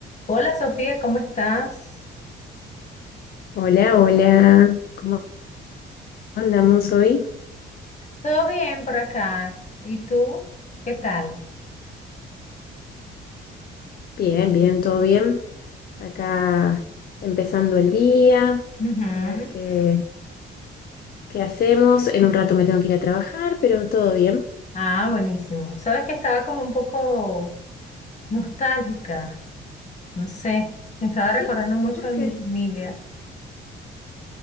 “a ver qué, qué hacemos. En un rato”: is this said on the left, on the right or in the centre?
Left